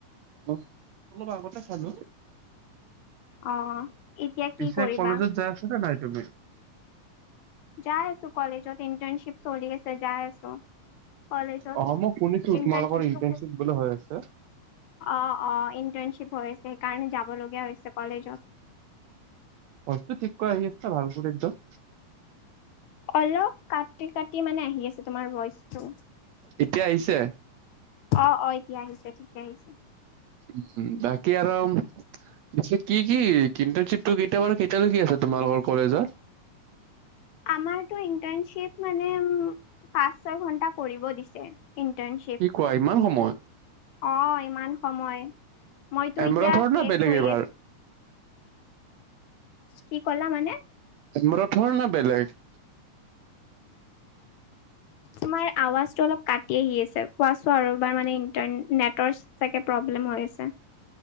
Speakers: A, on the right (about 75°); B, on the left (about 75°).
A: অ অলপ আগতে খালো।
B: অ। এতিয়া
A: পিছে
B: কি কৰিবা?
A: কলেজত যাই আছ নে নাই তুমি?
B: যাই আছো কলেজত ইণ্টাৰ্নশ্বিপ চলি আছে যাই আছো। কলেজ ত
A: অ', মই শুনিছো
B: ইন্টাৰ্ণশিবটো
A: তোমালোকৰ ইন্টাৰ্ণশ্বিপ
B: খু
A: বোলে হৈ আছে।
B: অ অ। ইণ্টাৰ্ণশ্বিপ হৈ আছে সেইকাৰণে যাবলগীয়া হৈছে কলেজত।
A: অস্তো ঠিক কৰা আহি আছে ন ভাল পদেক দ।
B: অলপ কাটি কাটি মানে আহি আছে তোমাৰ ভইচটো।
A: এতিয়া আহিছে।
B: অ অ এতিয়া আহিছে ঠিকে আহিছে।
A: উ বাকী আৰম পিঠিত কি কি ইণ্টাৰ্ণশ্বিপটো কেতিয়াৰ পৰা কেতিয়ালৈ আছে তোমালোকৰ কলেজত।
B: <inaudible> আমাৰ টো ইন্টাৰ্ণশ্বিটো মানে পাঁচ ছয় ঘন্টা কৰিব দিছে। ইষ্টাৰ্ণশ্বিপ
A: কি কোৱা ইমান সময়?
B: অ ইমান সময়। মইতো
A: এমৰথৰ
B: এতিয়া সে
A: না বেলেগ
B: কৰি
A: এইবাৰ?
B: আছ- কি কলা মানে?
A: তোম ৰ থ না বেলেগ।
B: তোমাৰ আৱাজটো অকন মান কাটি আহি আছে। কোৱাচোন আৰু এবাৰ মানে ইন্টাৰ নেটৰ চাগে প্ৰব্- লেম হৈ আছে।